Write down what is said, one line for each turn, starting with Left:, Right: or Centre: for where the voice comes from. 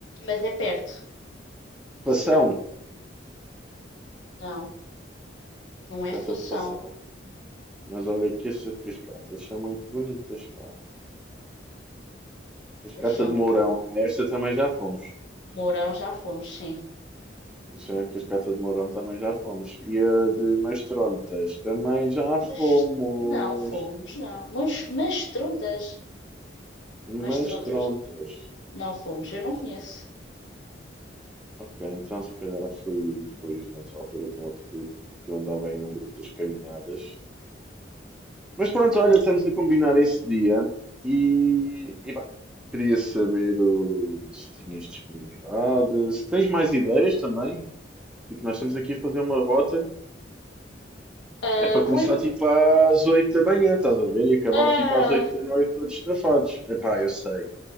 Left: mas é perto.
Centre: Satisfação.
Left: Não, não
Centre: Cascata
Left: é Fação,
Centre: de Fação. Mas olha que estas cascatas são muito bonitas, pá. Cascata
Left: Fação.
Centre: de Mourão. A Esta também já fomos.
Left: Mourão já fomos, sim.
Centre: Já A cascata de Mourão também já fomos. E a de Mastrontas também já
Left: Mas
Centre: fomos.
Left: não fomos, não. Mas, mas Trontas, mas
Centre: Mastrontas.
Left: Trontas Não fomos, eu não conheço.
Centre: Ok, então se calhar fui depois, nessa altura, com outro grupo, porque eu andava aí num grupo das caminhadas Mas pronto, olha, estamos a combinar esse dia e, e pá, queria saber o- se tinhas disponibilidade, se tens mais ideias também. Tipo, nós estamos aqui a fazer uma rota,
Left: Ah,
Centre: é para começar
Left: vou em...
Centre: tipo às 8 da manhã, estás a ver? E acabar
Left: ah,
Centre: tipo às 8 da noite todos estafados. Epá, eu sei,